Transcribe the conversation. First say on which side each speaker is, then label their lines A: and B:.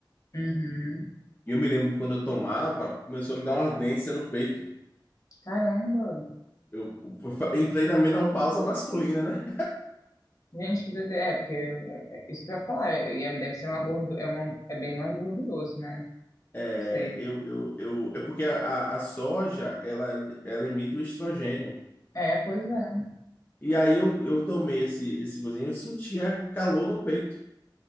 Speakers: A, on the left; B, on the left.
A: Uhum.
B: E eu me lembro que quando eu tomava, começou a me dar uma ardência no peito.
A: Caramba.
B: Eu, eu fa- entrei na menopausa masculina, né?
A: Gente, que doideira. É, porque é, é isso que eu ia falar. É, e é- deve ser uma gordo, é, uma, é bem mais gorduroso, né?
B: É,
A: Não sei.
B: eu, eu, eu, é porque a, a a soja, ela, ela emite o estrogênio.
A: É, pois é.
B: E aí eu, eu tomei esse, esse cozinho, eu sentia calor no peito.